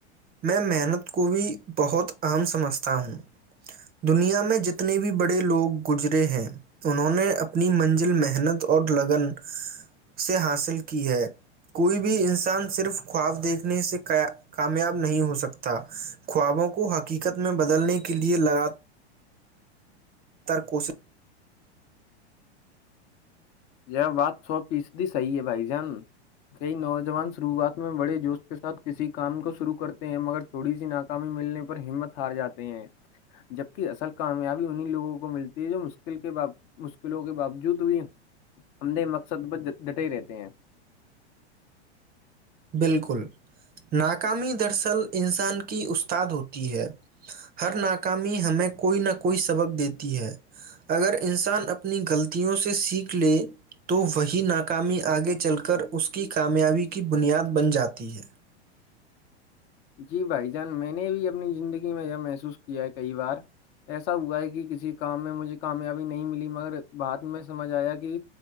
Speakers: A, on the right; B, on the left.
A: میں محنت کو بھی بہت عام سمجھتا ہوں دنیا میں جتنے بھی بڑے لوگ گزرے ہیں انہوں نے اپنی منزل محنت اور لگن سے حاصل کی ہے کوئی بھی انسان صرف خواب دیکھنے سے کامیاب نہیں ہو سکتا خوابوں کو حقیقت میں بدلنے کے لئے لگاتار زدہ تر کوشش
B: یہ بات سو فیصدی صحیح ہے بھائی جان کئی نوجوان شروعات میں بڑے جوش کے ساتھ کسی کام کو شرو کرتے ہیں مگر تھوڑی سی ناکامی ملنے پر ہمت ہار جاتے ہیں جبک اصل کامیابی انیں لوگوں کو ملتی ہے جو مشکل کے مشکلوں کے باوجود بھی ہم نے مقصد ب ڈٹے رہتے ہیں
A: بالکل ناکامی دراصل انسان کی استاد ہوتی ہے ہر ناکامی ہمیں کوئی نہ کوئی سبق دیتی ہے اگر انسان اپنی غلطیوں سے سیکھ لے تو وہی ناکامی آگے چل کر اس کی کامیابی کی بنیاد بن جاتی ہے
B: جی بھائی جان میں نے بھی اپنی زندگی میں یہ محسوس کیا ہے کئی بار ایسا ہوا ہے کہ کسی کام میں مجھے کامیابی نہیں ملی مگر بعات میں سمجھ آیا کہ